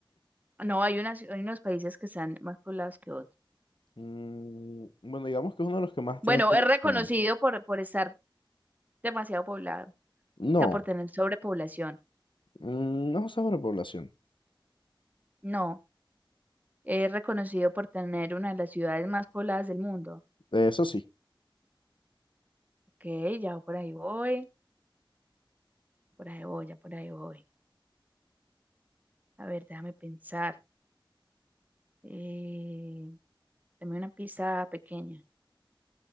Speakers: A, on the right (about 20°); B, on the left (about 65°).
A: No, hay unas, hay unos países que están más poblados que otros.
B: Mm, bueno, digamos que es uno de los que más
A: Bueno,
B: tiene población.
A: es reconocido por, por estar demasiado poblado, o
B: No.
A: sea, por tener sobrepoblación.
B: mm, no sobrepoblación.
A: No, es reconocido por tener una de las ciudades más pobladas del mundo.
B: Eso sí.
A: Ok, ya por ahí voy, por ahí voy, ya por ahí voy. A ver, déjame pensar. Eh, dame una pizza pequeña.